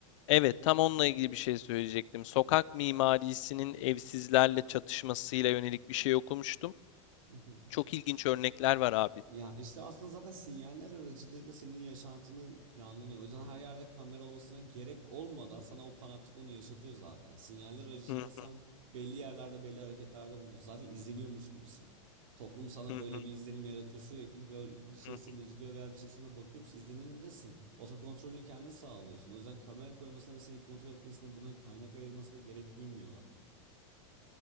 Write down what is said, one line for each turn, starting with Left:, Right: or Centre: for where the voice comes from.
Left: Evet, tam onunla ilgili bir şey söyleyecektim. Sokak mimarisinin evsizlerle çatışmasıyla yönelik bir şey okumuştum.
Right: <laughs>
Left: Çok ilginç örnekler var abi.
Right: Ya işte aslında zaten sinyaller aracılığıyla senin yaşantını planlanıyor. O yüzden her yerde kamera olmasına gerek olmadan sana o panoptikonu yaşatıyor zaten. Sinyaller aracılığıyla
Left: Hı hı
Right: sen belli yerlerde belli hareketlerde bulunuyorsun. Zaten izleniyormuş gibisin. Toplum sana
Left: hı hı
Right: böyle bir izlenim yaratıyor. Sürekli gör- bir şey
Left: hı.
Right: seni izliyor veya bir şey sana bakıyormuş izlenimindesin. Otokontrolünü kendin sağlıyorsun. O yüzden kamera koymasına ve seni kontrol etmesine buna kaynak ayırmasına gerek duymuyorlar.